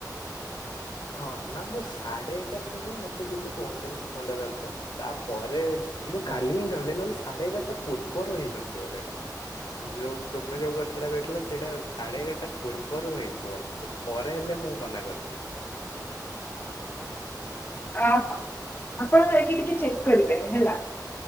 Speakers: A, on the left; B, on the left.
A: ହଁ, ନା ମୁଁ ସାଢେ ଏଗାରଟା ଯାଏଁ, ମତେ କିଛି କୁହନ୍ତିନି, ଫୋନ୍ ଟା ଧରିଥାଏ। ତାପରେ, ମୁଁ କାଲି ହିଁ ଧରିଲି ନଲେ ସାଢେ ଏଗାରଟା ପୂର୍ବରୁ ହେଇନଥିବ ସେଇଟା। ଯୋଉ ତୁମେ, ଯୋଉ କଥା ଟା କହିଥିଲ, ସେଇଟା ସାଢେ ଏଗାରଟା ପୂର୍ବରୁ ହେଇଥିବ। ପରେ ହେଲେ, ମୁଁ ମନା କରିଥିବି।
B: ଅ ହ, ଆପଣ ଏଇଠି ଟିକେ ଚେକ୍ କରିବେ ହେଲା।